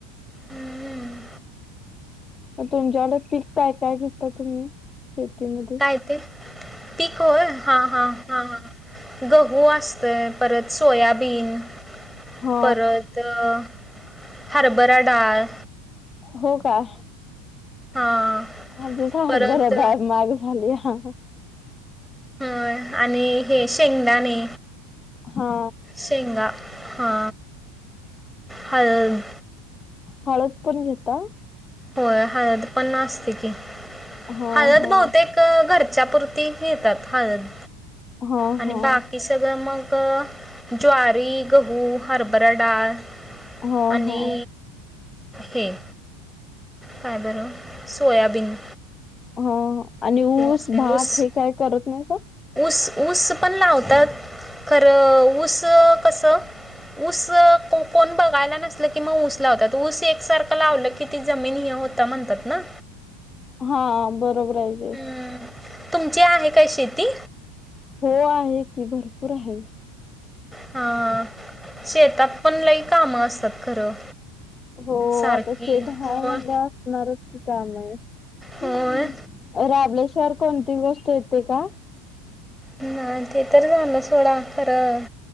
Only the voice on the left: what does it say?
तुमच्याकडं पिक काय, काय घेताय तुम्ही. शेतीमध्ये
हा
हो काय.
आधिच हरभरा
डाळ म्हाग झालीयाऽऽ
हा
हळद पण घेता.
हा
हा
हा
हा
हा
हा
हो,,, आणि ऊस,,
भात
हे काय करत नाहीस.
हा बरोबर आहे
हो आहे की भरपूर आहे
हो
आता शेत हय
म्हणल्यावर असणारच की काम आह
राबळेश्वर कोणती गोष्ट येते का